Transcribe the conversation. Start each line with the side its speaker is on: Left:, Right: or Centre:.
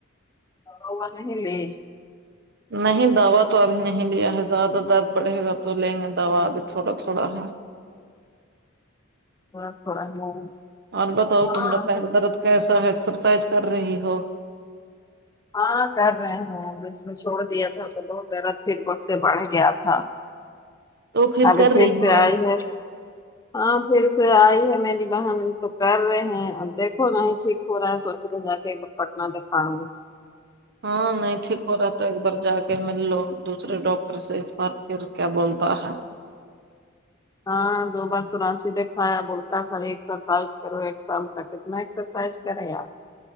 Left: دوا ووا نہیں لی
Right: نہیں دوا تو ابھی نہیں لیا ہے زیادہ درد بڑھے گا تو لیں گے دوا ابھی تھوڑا تھوڑا ہے
Left: تھوڑا تھوڑا <unintelligible>
Right: اور بتاؤ
Left: ہاں
Right: تما پیر درد کیسا ہے ایکسرسائز کر رہی ہو
Left: ہاں کر رہے ہیں اس بیچ میں چھوڑ دیا تھا تو بہت درد پھر اس سے بڑھ گیا تھا
Right: تو
Left: ابھی
Right: کر
Left: پھر
Right: رہی
Left: سے
Right: ہو
Left: آئی ہے ہاں پھر سے آئی ہے میری بہن تو کر رہے ہیں اب دیکھو نہیں چٹ ہو رہا ہے سوچے کے جا کے ایک دم پٹہ دیکھا رہے ہیں
Right: ہاں نہیں ٹھیک ہو رہا تھا ایک بار جا کہ ملو دوسرے ڈاکٹر سے اس بار پھر کیا بولتا ہے
Left: ہاں دو بار تو رانچی دھایا بولتا خالی ایکسرسائز کرو ایک سال تک اتنا ایکسرسائز کارے یا